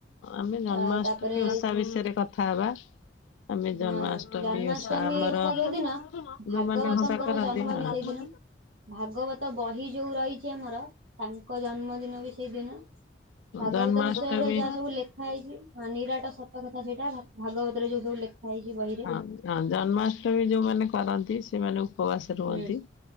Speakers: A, on the left; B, on the right.
A: ଆମେ ଜନ୍ମାଷ୍ଟମୀ
B: ଆଉ ତାପରେ
A: ଓଷା ବିଷୟରେ କଥା ହବା। ଆମେ
B: ହଁ
A: ଜନ୍ମାଷ୍ଟମୀ
B: ଜନ୍ମାଷ୍ଟମୀ
A: ଓଷା ଆମର
B: ଓଷା ଯୋଉ
A: ଯୋଉମାନେ
B: ଦିନ ଭାଗବତଙ୍କର
A: ଓଷା କରନ୍ତି
B: ଜନ୍ମ
A: ହଁ।
B: ବି ସେଇଦିନ ଭାଗବତ ବହି ଯୋଉ ରହିଛି ଆମର ତାଙ୍କ ଜନ୍ମଦିନ ବି ସେଇଦିନ। ଭାଗବତ
A: ଜନ୍ମାଷ୍ଟମୀ
B: ବିଷୟରେ ଯାହା ସବୁ ଲେଖା ହେଇଛି। ହଁ ନିରାଟ ସତ କଥା ସେଇଟା ଭା ଭାଗବତରେ ଯୋଉସବୁ ଲେଖା ହେଇଛି ବହିରେ।
A: ହଁ ହଁ ଜନ୍ମାଷ୍ଟମୀ ଯୋଉମାନେ କରନ୍ତି ସେମାନେ ଉପବାସ ରୁହନ୍ତି।
B: ହୁଁ